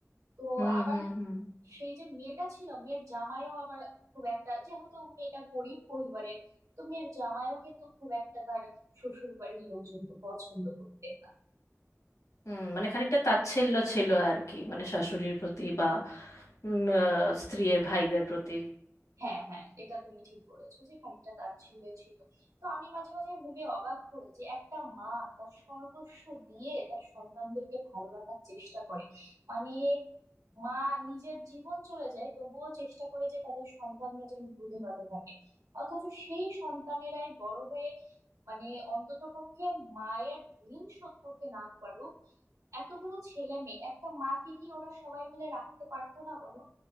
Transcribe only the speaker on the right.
তো
আবার
সেই যে মেয়েটা ছিল মেয়ের জামাইও আবার খুব একটা যেহেতু মেয়েটা গরিব পরিবারের তো মেয়ের জামাইও কিন্তু খুব একটা তার শ্বশুর বাড়ির লোকজনকে পছন্দ করতেন না
হ্যাঁ হ্যাঁ এটা তুমি ঠিক বলেছো যে খানিকটা তাচ্ছিল্যে ছিল তো আমি মাঝে মাঝে ভেবে অবাক হই যে একটা মা তার সর্বস্ব দিয়ে তার সন্তানদেরকে ভালো রাখার চেষ্টা করে মানে মা নিজের জীবন চলে যায় তবুও চেষ্টা করে যে তাদের সন্তানরা যেন দুধে ভাতে থাকে অথচ সেই সন্তানেরাই বড় হয়ে মানে অন্ততপক্ষে মায়ের ঋণ শোধ করতে না পারুক এতগুলো ছেলে মেয়ে একটা মাকে কি ওরা সবাই মিলে রাখতে পারতো না বলো